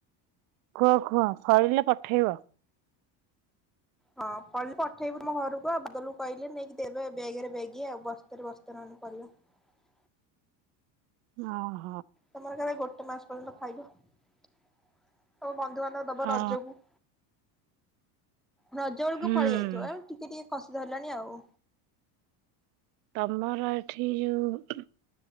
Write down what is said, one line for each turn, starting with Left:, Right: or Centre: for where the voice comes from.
Right: ହଁ କୁହ ଫଳିଲେ ପଠେଇବ।
Centre: ହଁ ଫଳିଲେ ପଠେଇବି ମୋ ଘରକୁ ଆଉ ବଦଲକୁ କହିଲେ ନେଇକି ଦେବେ ବ୍ୟାଗରେ ବ୍ୟାଗ ଆଉ ବସ୍ତାରେ ବସ୍ତେ ନ କିହିଲ <unintelligible>
Right: ହଁ।
Centre: ତମର କାଳେ ଗୋଟେ ମାସ ପର୍ଯ୍ୟନ୍ତ ଖାଇବ ତମେ ବନ୍ଧୁବାନ୍ଧବ ଦବ
Right: ହଁ
Centre: ରଜକୁ। ରଜ ବେଳକୁ
Right: ହୁଁ।
Centre: ଫଳି ଯାଇଥିବ ଆଉ ଟିକେ ଟିକେ କଷି ଧରିଲଣି ଆଉ
Right: ତମର ଏଠି ଯୋଉ